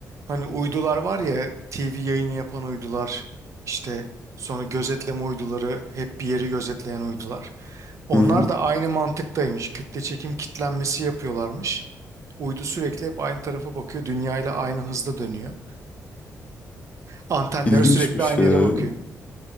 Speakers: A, on the right; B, on the left.
A: Hani uydular var ya TV yayını yapan uydular işte sonra gözetleme uyduları hep bir yeri gözetleyen uydular. Onlar
B: Hı hı.
A: da aynı mantıktaymış. Kütle çekim kitlenmesi yapıyorlarmış. Uydu sürekli hep aynı tarafa bakıyor. Dünya ile aynı hızda dönüyor. Antenleri
B: İlginçmiş
A: sürekli aynı
B: ya.
A: yere bakıyor.